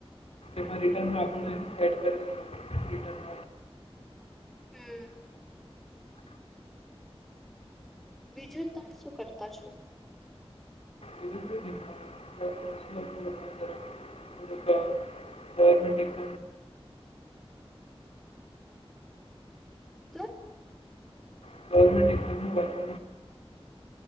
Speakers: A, on the left; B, in the centre.
A: રટન આપ કરી <unintelligible>
B: હમ બીજું તમે શું કરતા છો.
A: એ ગવર્મેન્ટ એક ક
B: તો
A: ગવર્મેન્ટ ધ